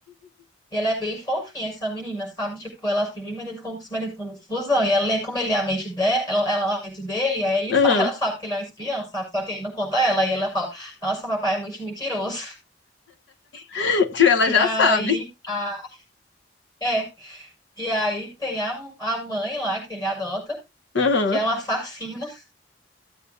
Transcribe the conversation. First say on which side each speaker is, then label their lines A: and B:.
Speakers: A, on the left; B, on the left.
A: E ela é bem fofinha, essa menina, sabe? Tipo, ela vive metendo, com- se metendo com confusão. E ela é, como ele é a mente dela, ela, ela é a mente dele, aí ele,
B: Uhum.
A: sa- <laughs> ela sabe que ele é um espião, sabe? Só que ele não conta ela. E ela fala, nossa, papai é muito mentiroso. <laughs>
B: <laughs> Tipo, ela
A: E
B: já
A: aí,
B: sabe.
A: a, é. E aí tem a, a mãe lá que ele adota,
B: Uhum.
A: que é uma assassina.